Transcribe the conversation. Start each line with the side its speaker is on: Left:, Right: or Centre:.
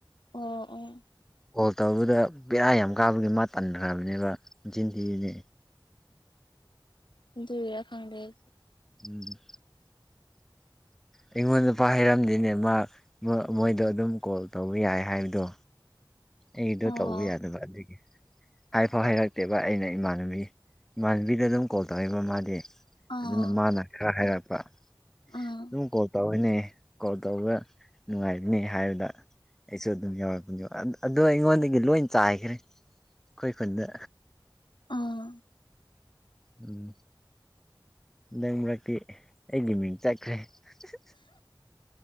Left: ꯑꯣ ꯑꯣ
Centre: ꯀꯣꯜ ꯇꯧꯕꯗ ꯕꯦꯔꯥ ꯌꯥꯝ ꯀꯥꯕꯅꯦ ꯃꯥ ꯇꯟꯈ꯭ꯔꯕꯅꯦꯕ ꯃꯆꯤꯟ ꯊꯤꯔꯤꯅꯦ
Left: ꯑꯗꯨꯢꯔ ꯈꯪꯗꯩ
Centre: ꯎꯝ ꯑꯩꯉꯣꯟ ꯐꯥꯎ ꯍꯥꯏꯔꯝꯗꯅꯦ ꯃꯥ ꯃꯣꯏ ꯃꯣꯏꯗꯣ ꯑꯗꯨꯝ ꯀꯣꯜ ꯇꯧꯕ ꯌꯥꯏ ꯍꯥꯏꯕꯗꯨ ꯑꯩꯒꯤꯗꯣ
Left: ꯑꯣ
Centre: ꯇꯧꯕ ꯌꯥꯗꯕ ꯑꯗꯨꯒꯤ ꯍꯥꯏꯐꯥꯎ ꯍꯥꯏꯩꯔꯛꯇꯦꯕ ꯑꯩꯅ ꯏꯃꯥꯟꯅꯕꯤ ꯏꯃꯥꯟꯅꯕꯤꯗ ꯑꯗꯨꯝ ꯀꯣꯜ ꯇꯧꯋꯦꯕ ꯃꯥꯗꯤ
Left: ꯑꯥ
Centre: ꯑꯗꯨꯅ ꯃꯥꯅ ꯈꯔ ꯍꯥꯏꯔꯛꯄ
Left: ꯑꯥ
Centre: ꯑꯗꯨꯝ ꯀꯣꯜ ꯇꯧꯋꯦꯅꯦ ꯀꯣꯜ ꯇꯧꯕ ꯅꯨꯡꯉꯥꯏꯕꯅꯦ ꯍꯥꯏꯕꯗ ꯑꯩꯁꯨ ꯑꯗꯨꯝ ꯌꯧꯔꯛꯄꯅꯦꯕ ꯑꯗ ꯑꯗꯣ ꯑꯩꯉꯣꯟꯗꯒꯤ ꯂꯣꯏ ꯆꯥꯏꯈ꯭ꯔꯦ ꯑꯈꯣꯏ ꯈꯨꯟꯗ
Left: ꯑꯥ
Centre: ꯎꯝ ꯍꯟꯗꯛ ꯃꯔꯛꯇꯤ ꯑꯩꯒꯤ ꯃꯤꯡ ꯆꯠꯈ꯭ꯔꯦ ꯍꯍ